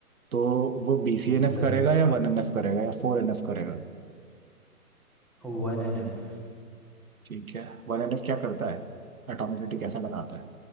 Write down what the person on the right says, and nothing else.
तो वो बी
सी
एन एफ
करेगा या वन एन एफ करेगा या फोर एन एफ करेगा
ठीक है वन एन एफ क्या करता है एटॉमिसिटी कैसे लगाता है